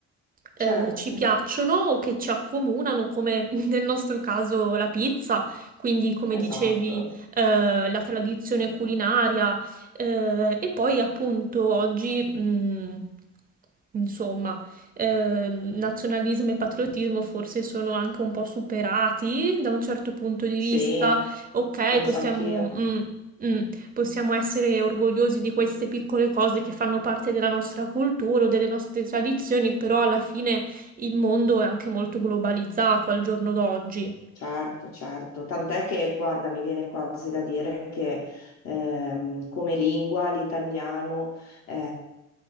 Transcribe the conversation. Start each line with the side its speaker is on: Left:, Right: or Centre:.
Right: eh,
Left: certo,
Right: ci piacciono o che ci accomunano, come <laughs> nel nostro caso la pizza. Quindi, come dicevi,
Left: esatto.
Right: eh, la tradizione culinaria, eh, e poi appunto oggi, mh, insomma, ehm, nazionalismo e patriottismo forse sono anche un po' superati da un certo punto di
Left: Sì,
Right: vista. Ok,
Left: penso
Right: possiamo,
Left: anch'io.
Right: mh, mh, possiamo essere orgogliosi di queste piccole cose che fanno parte della nostra cultura o delle nostre tradizioni, però alla fine il mondo è anche molto globalizzato al giorno d'oggi.
Left: Certo, certo, tant'è che, guarda, mi viene quasi da dire che ehm, come lingua l'italiano eh,